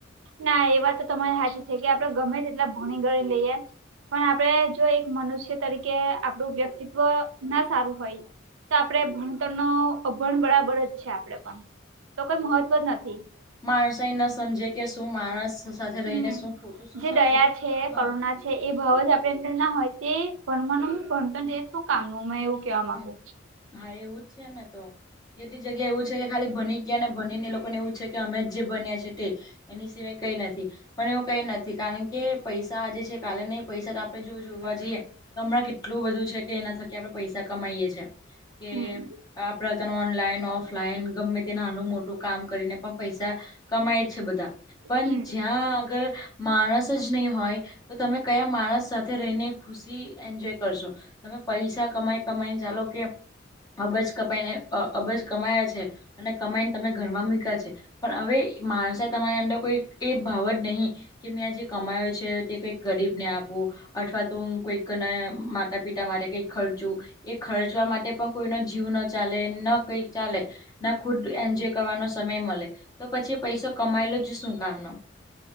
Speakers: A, on the right (about 75°); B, on the left (about 20°).
A: ના એ વાત તો તમારે હાચી થઈ ગઈ કે આપણે ગમે તેટલા ભણીગણી લઈએ. પણ આપણે જો એક મનુષ્ય તરીકે આપણું વ્યક્તિત્વ ના સારું હોય. તો આપડે ભણતરનો અભણ બરાબર જ છે આપણે પણ તો કોઈ મહત્વ જ નથી.
B: માણસેય ન સમજે કે શું માણસ સાથે
A: હમ્મ,
B: રહીને શું ખોટું શું
A: જે
B: સાચું
A: દયા છે
B: હા
A: કરુણા એ ભાવ જ આપણી અંદર ના હોય તે ભણવાનું હુ ભણતરને એ શું કામનું મેં એવું કેવા માંગુ.
B: હમ હા એવું જ છે ને તો કેટલી જગ્યા એવું છે કે ખાલી ભની ગયા ને ભનીન એ લોકોને એવું છે કે અમે જે ભણ્યા છે તે જ એની સિવાય કઈ નથી પણ એવું કઈ નથી કારણ કે પૈસા આજે છે કાલે નહીં પૈસા તો આપણે જો જોવા જઈએ. હમણાં કેટલું બધું છે કે એના થકી આપણે પૈસા કમાઈએ છે કે
A: હમ
B: આપણે તને ઓનલાઈન, ઓફલાઈન ગમે તે નાનું મોટું કામ કરીને પણ પૈસા કમાય છે બધાં પણ
A: હમ
B: જ્યાં અગર માણસ જ નહીં હોય તો તમે કયા માણસ સાથે રહીને ખુશી એન્જોય કરશો. તમે પૈસા કમાઈ કમાઈને ચાલો કે અબજ કપાઈને અબજ કમાયા છે. અને કમાઈને તમે ઘરમાં મૂયકા છે. પણ હવે માણસે તમારી અંદર કોઈ એ ભાવ જ નહીં. કે મેં આ જે કમાયો છે તે કંઈક ગરીબને આપું. અથવા તો હું કોઈકના માતા પિતા મારે કંઈક ખર્ચું. એ ખર્ચવા માટે પણ કોઈનો જીવ ન ચાલે ન કંઈ ચાલે. ના ખુદ એન્જોય કરવાનો સમય મલે તો પછી પૈસો કમાયલો જ શું કામનો?